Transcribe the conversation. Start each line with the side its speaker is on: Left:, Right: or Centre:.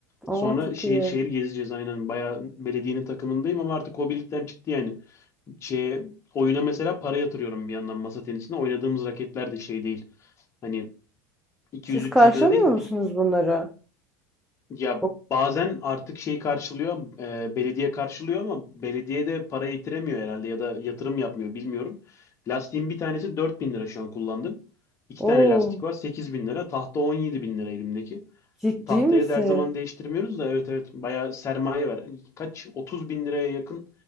Centre: Aa
Left: Sonra
Centre: çok
Left: şehir
Centre: iyi.
Left: şehir gezeceğiz aynen. Bayağı belediyenin takımındayım ama artık hobilikten çıktı yani. Şeye, oyuna mesela para yatırıyorum bir yandan masa tenisine. Oynadığımız raketler de şey değil. Hani 200-300
Centre: Siz karşılamıyor
Left: lira değil.
Centre: musunuz bunları?
Left: Ya
Centre: O-
Left: bazen artık şey karşılıyor, e, belediye karşılıyor ama belediye de para yitiremiyor herhalde ya da yatırım yapmıyor bilmiyorum. Lastiğin bir tanesi dört bin lira şu an kullandım. İki
Centre: Oo,
Left: tane lastik var sekiz bin lira. Tahta 17 bin lira elimdeki.
Centre: ciddi
Left: Tahtayı
Centre: misin?
Left: da her zaman değiştirmiyoruz da evet evet bayağı sermaye var. Kaç 30 bin liraya yakın